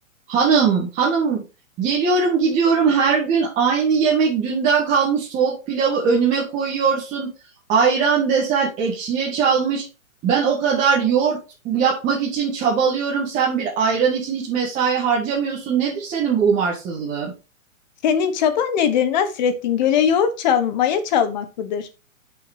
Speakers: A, on the right (about 20°); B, on the left (about 35°).
A: Hanım, hanım geliyorum gidiyorum her gün aynı yemek dünden kalmış soğuk pilavı önüme koyuyorsun. Ayran desen ekşiye çalmış. Ben o kadar yoğurt yapmak için çabalıyorum. Sen bir ayran için hiç mesai harcamıyorsun. Nedir senin bu umarsızlığın?
B: Senin çaban nedir Nasrettin? Göle yoğurt çal, maya çalmak mıdır?